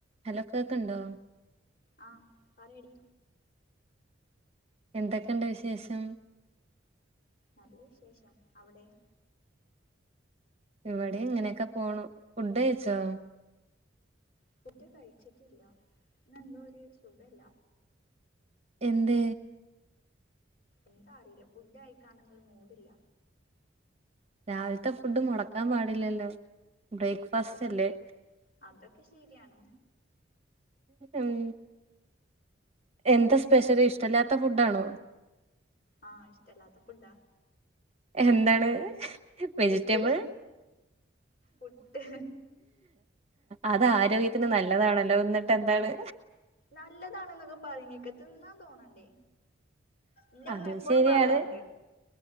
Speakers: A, on the right; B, on the left.
A: Hello കേക്കുണ്ടോ
B: ആഹ് പറയടി
A: എന്തൊക്കെണ്ട് വിശേഷം
B: നല്ല വിശേഷം അവിടെയോ
A: ഇവിടെ ഇങ്ങനെയൊക്കെ പോണു, ഫുഡ് കഴിച്ചോ
B: ഫുഡ് കഴിച്ചിട്ടില്ല ഇന്ന് എന്തൊരു സുഖല്ല
A: എന്തെ
B: എന്താ അറിയില്ല ഫുഡ് കയിക്കാനന്നരു മൂഡില്ല
A: രാവിലത്തെ ഫുഡ് മുടക്കാൻ പാടില്ലല്ലോ ബ്രേക്ക്ഫാസ്റ്റ്
B: അതൊക്കെ
A: അല്ലേ
B: അതൊക്കെ ശെരിയാണ്
A: ഉം എന്താ സ്പെഷ്യൽ ഇഷ്ടമല്ലാത്ത ഫുഡാണോ
B: ആഹ് ഇഷ്ട ഇല്ലാത്ത ഫുഡാ
A: എന്താണ് വെജിറ്റബിൾ
B: പുട്ട് പുട്ട്
A: അത് ആരോഗ്യ ത്തിന് നല്ലതാണല്ലോ ന്നിട്ട് എന്താണ്?
B: നല്ലതാണെന്നൊക്കെ പറഞ്ഞേക്ക തിന്നാൻ തോന്നണ്ടേ? ന്റെമ്മ
A: അതും
B: എപ്പോഴും
A: ശരിയാണ്
B: പറയാറുണ്ട്.